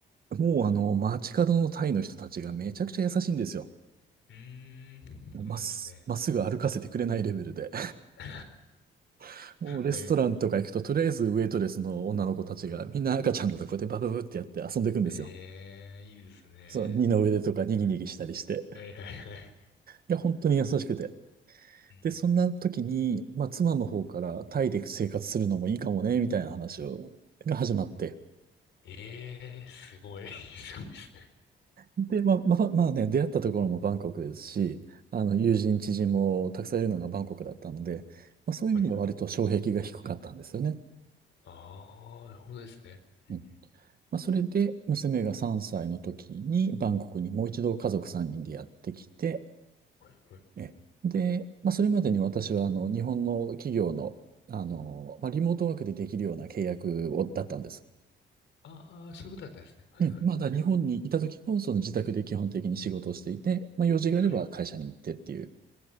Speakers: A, on the right (about 50°); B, on the left (about 70°).
A: もうあの、街角のタイの人たちがめちゃくちゃ優しいんですよ。
B: うんはいはいはいはいはいはいはいはいはいうーん、
A: もうまっす、
B: そうなんですね。
A: まっすぐ歩かせてくれないレベルで。
B: <laughs>
A: <laughs> もうレストランとか行くと、
B: はい。
A: とりあえずウェイトレスの女の子たちがみんな赤ちゃんのとこでバブブってやって遊んでいくんですよ。
B: ええ、いいですね。
A: そう、二の腕とかにぎにぎしたりして。
B: はいはいはい。
A: いや、本当に優しくて。
B: うん
A: で、そんな時に、まあ、妻の方からタイで生活するのもいいかもね、みたいな話を、が始まって。
B: ええーすごい。<laughs> すごいですね。
A: で、まあ、まあ、まあね、出会ったところもバンコクですし、あの、友人、知人もたくさんいるのがバンコクだったので、まあ、そういう意味では割と障壁が低かったんですよね。
B: はいはい。ああ、なるほどですね。うん
A: うん。まあ、それで、娘が3歳の時にバンコクにもう一度家族3人でやってきて、
B: はいはい。
A: え、で、まあ、それまでに私は、あの、日本の企業の、あの、まあ、リモートワークでできるような契約を、だったんです。
B: ああ、そういうことだったんですね。はいはい。
A: うん。まだ日本にいた時も、その自宅で基本的に仕事をしていて、まあ、用事があれば会社に行ってっていう
B: はい。